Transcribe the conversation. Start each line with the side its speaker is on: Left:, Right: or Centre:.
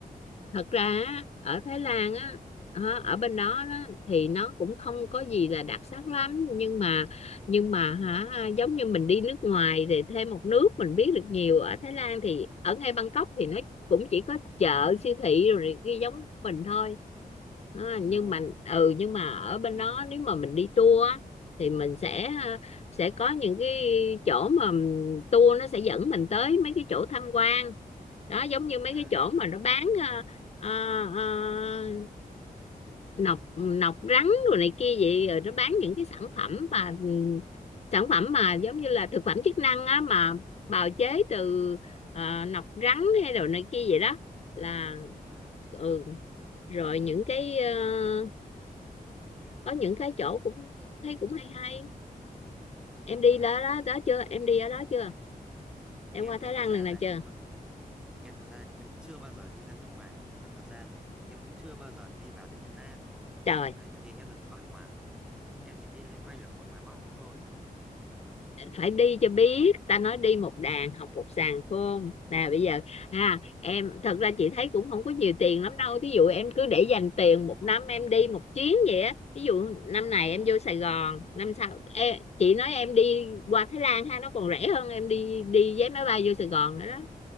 Left: thật ra á, ở Thái Lan á hả, ở bên đó, đó thì nó cũng không có
Centre: Vâng.
Left: gì là đặc sắc lắm nhưng mà nhưng mà hả giống như mình đi nước ngoài thì thêm một nước mình biết được nhiều ở Thái Lan thì ở ngay Bangkok thì nó cũng chỉ có chợ siêu thị rồi này kia giống mình thôi À,
Centre: Đúng
Left: nhưng
Centre: rồi.
Left: mà ừ nhưng mà ở bên đó nếu mà mình đi tour á, thì mình sẽ ờ, sẽ có những cái chỗ mà tour nó sẽ dẫn mình tới mấy cái chỗ tham quan đó giống như mấy
Centre: À.
Left: cái chỗ mà nó bán ờ, Ờ, ờ, nọc nọc rắn rồi này kia vậy rồi nó bán những cái sản
Centre: ơ,
Left: phẩm mà sản phẩm mà giống như là thực phẩm chức năng á mà bào chế từ
Centre: À.
Left: ờ, nọc rắn hay đồ này kia vậy đó là
Centre: À.
Left: ừ rồi những cái ờ,
Centre: Em-
Left: có những cái chỗ cũng thấy cũng hay hay em đi
Centre: À,
Left: đó đó, đó chưa em đi ở đó chưa em
Centre: em
Left: qua
Centre: thì
Left: Thái
Centre: thật
Left: Lan
Centre: ra
Left: lần nào
Centre: là
Left: chưa
Centre: em em thật ra là em chưa bao giờ đi ra nước ngoài và thật ra là em cũng chưa bao giờ đi vào đến miền Nam
Left: trời
Centre: đấy tại vì em là người Bắc mà em chỉ đi loanh quanh là quẩn ngoài Bắc thôi
Left: phải đi
Centre: đấy
Left: cho biết ta nói đi một đàn học một sàng khôn, không nè bây giờ
Centre: đấy
Left: ha em thật ra chị thấy cũng không có nhiều tiền lắm
Centre: <clears throat>
Left: đâu thí dụ em cứ để dành tiền
Centre: đúng
Left: một năm
Centre: rồi
Left: em đi một chuyến vậy á ví dụ năm này
Centre: đúng
Left: em
Centre: rồi
Left: vô Sài Gòn năm sau em, chị nói em đi qua Thái Lan ha nó còn rẻ hơn em đi đi vé máy bay vô Sài Gòn nữa đó